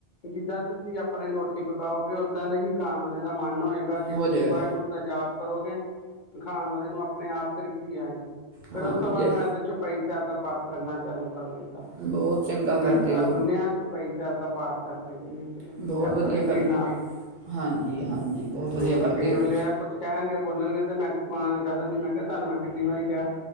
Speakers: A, on the left; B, on the right.
A: ਜਿੱਦਾਂ ਤੁਸੀਂ ਆਪਣਾ ਹੀ ਰੋਟੀ ਪਕਾਓਗੇ ਓਦਾਂ ਦਾ ਹੀ ਖਾਣ ਵਾਲੇ ਦਾ ਮਨ ਹੋਏਗਾ ਜੇ
B: ਹੋ
A: ਤੁਸੀਂ
B: ਜਾਏਗਾ
A: ਵਾਹਿਗੁਰੂ ਦਾ ਜਾਪ ਕਰੋਗੇ <inaudible> ਖਾਣ ਵਾਲੇ ਨੂੰ ਆਪਣੇ ਆਪ ਤ੍ਰਿਪਤੀ ਆਏਗੀ।
B: ਹਾਂ
A: ਫਿਰ ਉਸ ਤੋਂ ਬਾਅਦ
B: ਜੇ
A: ਮੈਂ ਤਾਂ ਚੌਪਈ ਸਾਹਿਬ ਦਾ ਪਾਠ ਕਰਨਾ ਚਾਲੂ ਕਰ ਅ
B: ਬਹੁਤ ਚੰਗਾ ਕਰਦੇ
A: ਆਟਾ
B: ਹੋ
A: ਗੁੰਨਿਆ ਚੌਪਈ ਸਾਹਿਬ ਦਾ ਪਾਠ ਕਰਕੇ ਕੇ ਗੁੰਨਿਆ।
B: ਬਹੁਤ
A: ਚੈਪੜ
B: ਵਧੀਆ
A: ਹੀ
B: ਕਰਦੇ
A: ਗਈ ਨਾਲ
B: ਹੋ।
A: '
B: ਹਾਂਜੀ ਹਾਂਜੀ ਬਹੁਤ
A: <inaudible> ' ਹਮ
B: ਵਧੀਆ ਕਰਦੇ
A: ਕੇ
B: ਹੋ
A: ਵਲਿਆ
B: ਤੁਸੀਂ
A: ਕੁਛ ਕਹਿਣਗੇ ਬੋਲਣਗੇ ਤੇ ਮੈਂ ਕਹਿ ਦਿੰਦੀ ਮੈਂ ਕਿਹਾ ਤੁਹਾਨੂੰ ਮੈਂ ਕਿੰਨੀ ਵਾਰੀ ਕਿਹਾ